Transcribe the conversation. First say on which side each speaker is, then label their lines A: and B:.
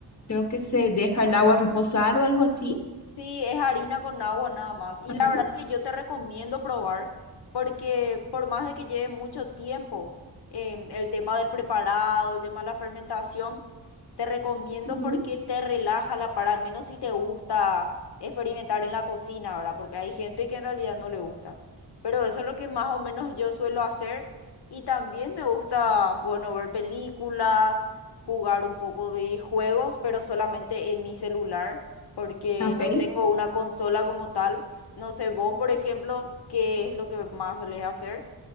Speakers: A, on the left (about 45°); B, on the left (about 80°).
A: creo que se deja el agua reposar o algo así.
B: Sí, es harina con agua nada más. Y
A: Ajá.
B: la verdad que yo te recomiendo probar porque por más de que lleve mucho tiempo em, el tema del preparado, el tema de la fermentación, te recomiendo
A: ujú.
B: porque te relaja la para, al menos si te gusta experimentar en la cocina, ¿verdad? Porque hay gente que en realidad no le gusta. Pero eso es lo que más o menos yo suelo hacer. Y también me gusta, bueno, ver películas, jugar un poco de juegos, pero solamente en mi celular porque
A: Ok.
B: no tengo una consola como tal. No sé, vos, por ejemplo, ¿qué es lo que más solés hacer?